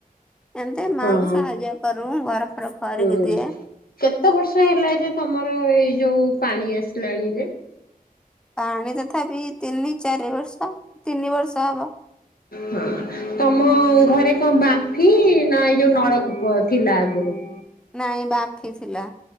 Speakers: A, in the centre; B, on the left (about 75°).
A: ଏମିତି ମାଆଙ୍କୁ
B: ହଁ ହଁ
A: ସାହାଯ୍ୟ କରୁ ଘର ଫର ଖରିକି
B: ହୁଁ,
A: ଦିଏ।
B: କେତେ ବର୍ଷ ହେଲା ଯେ ତମର ଏଇ ଯୋଉ ପାଣି ଆସ ଲଣିୀ ଯେ
A: ପାଣି ତଥାପି ତିନି ଚାରି ବର୍ଷ ତିନି ବର୍ଷ ହବ
B: ହ, ତମ ଘରେ! କଣ ବାଫି ନା ଏଇ ଯୋଉ ନଳକୂପ ଥିଲା ଆଗରୁ
A: ନାଇଁ ବାଫି ଥିଲା